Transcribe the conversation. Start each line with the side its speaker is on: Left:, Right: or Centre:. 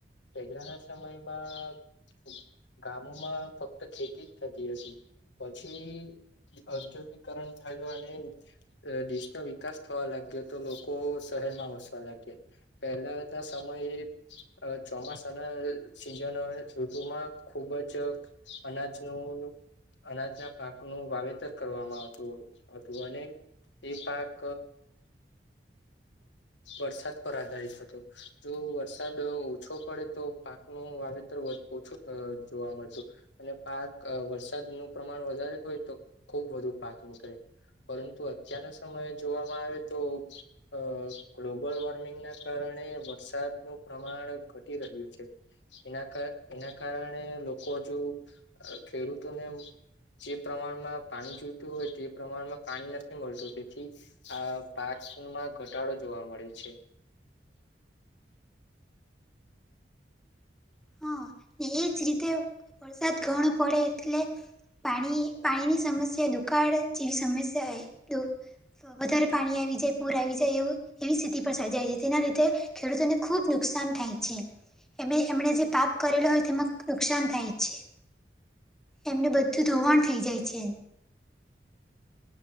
Left: પેગ્ર ના સમયમાં ગામોમાં ફક્ત ખેતી જ થતી હતી, પછી ઔદ્યોગીકરણ થયું અને દેશનો વિકાસ થવા લાગ્યો તો લોકો શહેરમાં વસવા લાગ્યા. પહેલાતા સમય એ અ ચોમાસાના સિઝન ઋતુમાં ખુબ જ અનાજનું અનાજ ના પાક પાક નું વાવેતર કરવામાં આવતું હતું અને તે પાક વરસાદ પર આધારિત હતો. જો વરસાદ ઓછો પડે તો પાકનું વાવેતર ઓછું જોવા મળતું. અને પાક વરસાદ નું પ્રમાણ વધારે હોય તો ખુબ વધુ પાક નીકળે પરંતુ અત્યારના સમયે જોવામાં આવે તો અ ગ્લોબલ વોર્મિંગના કારણે વરસાદનું પ્રમાણ ઘટી રહ્યું છે. એના કા એના કારણે લોકો અજુ ખેડૂતોને જે પ્રમાણમાં પાણી જોઈતું હોય તે પ્રમાણમાં પાણી નથી મળતું તેથી આ પાકમાં ઘટાડો જોવા મળે છે.
Centre: હા ને એ જ રીતે વરસાદ ઘણો પડે એટલે પાણી પાણીની સમસ્યા દુકાળ જેવી સમસ્યા એ દુ વધારે પાણી આવી જાય, પૂર આવી જાય એવું એવી સ્થિતિ પર સર્જાય છે તેનાં લીધે ખેડૂતોને ખૂબ નુકસાન થાય છે એમે એમણે જે પાક કરેલો હોય તેમાં નુકસાન થાય છે. એમનું બધું ધોવાણ થઈ જાય છે.